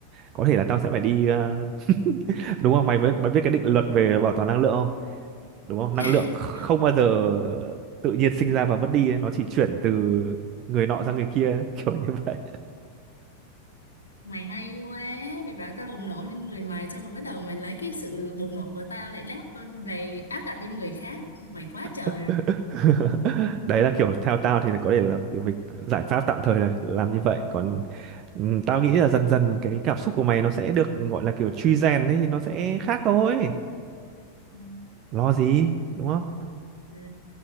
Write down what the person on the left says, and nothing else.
<laughs>
mày hay quá mày bảo tao bùng nổ lên người mày xong rồi bắt đầu mày lấy cái sự bùng nổ của tao lại đáp lên về áp đặt lên người khác mày quá trời
rồi
Ừ.
ừ.